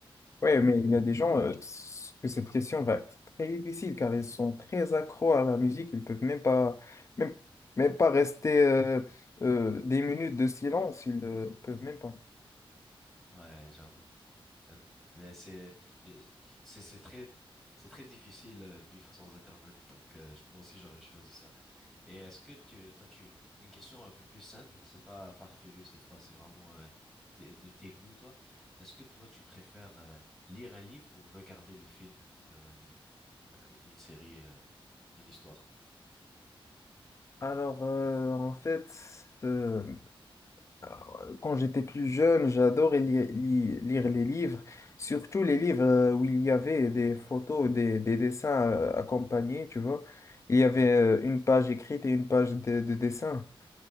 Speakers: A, on the left; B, in the centre.
A: Ouais, mais il y a des gens euh, s- que cette question va être très difficile car ils sont très accros à la musique. Ils peuvent même pas, même, même pas rester euh, euh, des minutes de silence. Ils ne peuvent même pas.
B: Ouais, j'avoue. Euh, Mais c'est j'ai- c'est c'est très c'est très difficile euh, vivre sans Internet donc euh, je- moi aussi j'aurais choisi ça. Et est-ce que tu toi tu c'est une question un peu plus simple, c'est pas farfelu cette fois, c'est vraiment euh, t- de tes goûts toi. Est-ce que toi tu préfères euh, lire un livre ou regarder le film de, de- euh, d'une série euh, d'une histoire?
A: Alors, euh, en fait, euh, euh, quand j'étais plus jeune, j'adorais li- li- lire les livres, surtout les livres euh, où il y avait des photos, des, des dessins euh, accompagnés, tu vois. Il y avait euh, une page écrite et une page de, de dessin.